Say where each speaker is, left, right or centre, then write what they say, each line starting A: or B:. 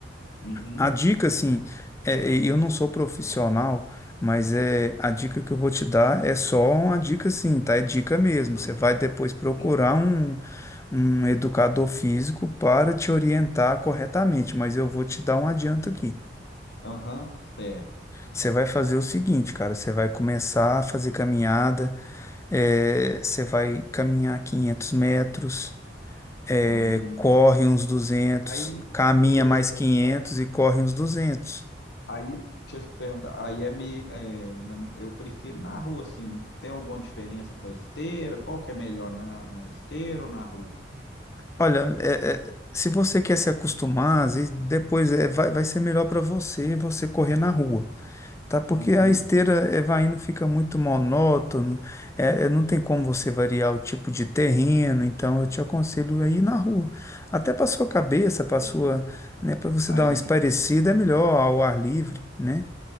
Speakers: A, on the left (about 65°); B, on the left (about 15°).
A: Uhum,
B: A dica, assim, é, é, eu não sou profissional, mas é a dica que eu vou te dar é só uma dica, assim, tá? É dica mesmo.
A: uhum,
B: Você vai depois procurar
A: tá.
B: um, um educador físico para te orientar
A: E-
B: corretamente, mas eu vou te dar um adianto aqui.
A: Aham, certo.
B: Você vai fazer o seguinte, cara, você vai começar a fazer caminhada, é, você vai caminhar 500 metros, é,
A: Hum.
B: corre uns 200,
A: Aí,
B: caminha
A: deixa eu
B: mais
A: te perguntar.
B: 500 e corre uns 200.
A: Aí, deixa eu te perguntar. Aí é me, é, na mi- eu prefiro na rua, assim. Tem alguma diferença para esteira? Qual que é melhor na, na esteira ou na rua?
B: Olha, é- é, se você quer se acostumar, às vezes depois é, vai, vai ser melhor para você você correr na rua, tá? Porque
A: Uhum,
B: a esteira é, vai indo, fica muito monótono, é, é, não tem como você variar o tipo de terreno, então eu te aconselho a ir na rua. Até para sua cabeça, para
A: entendi.
B: sua, né, para você
A: Aí,
B: dar uma espairecida, é melhor ao ar livre, né?